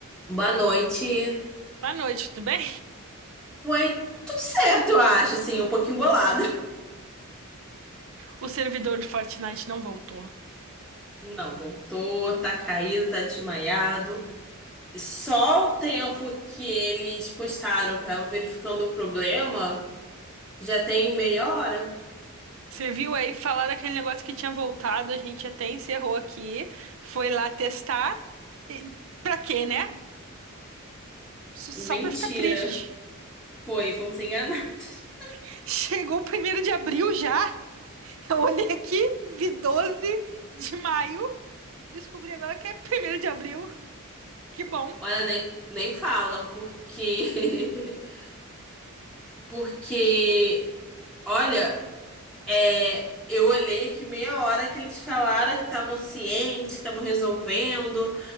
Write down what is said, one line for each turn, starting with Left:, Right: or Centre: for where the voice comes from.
Centre: Boa noite.
Right: Boa noite, tudo bem?
Centre: Ué, tudo certo, eu acho, assim, um pouquinho bolado.
Right: O servidor do Fortnite não voltou.
Centre: Não, voltou, tá caído, tá desmaiado. Só o tempo que eles postaram que tava verificando o problema, já tem meia hora.
Right: Você viu aí falar daquele negócio que tinha voltado, a gente até encerrou aqui, foi lá testar. E pra quê, né? S-
Centre: Mentira.
Right: Só pra ficar triste.
Centre: Foi, fomos enganados.
Right: <laughs> Chegou o primeiro de abril já. Eu olhei aqui, vi 12 de maio, descobri agora que é primeiro de abril. Que bom.
Centre: Olha, nem, nem fala, porque... <laughs> Porque, olha, é, eu olhei aqui meia hora que eles falaram que estavam cientes, que estavam resolvendo.